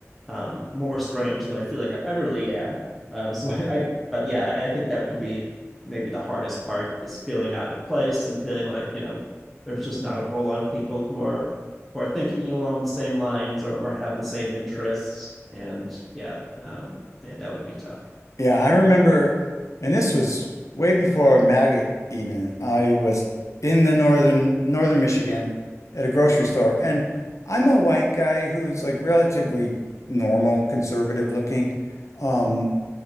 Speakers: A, in the centre; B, on the left.
A: um, more strange than I feel like I, I really am. Um, so <laughs> I, I, but yeah, I I think that would be maybe the hardest part is feeling out of place and feeling like, you know, there's just not a whole lot of people who are who are thinking along the same lines or, or have the same interests. And yeah, um, yeah, that would be tough.
B: Yeah, I remember, and this was way before MAGA even. I was in the northern northern Michigan at a grocery store, and I'm a white guy who's like relatively normal, conservative looking. Um,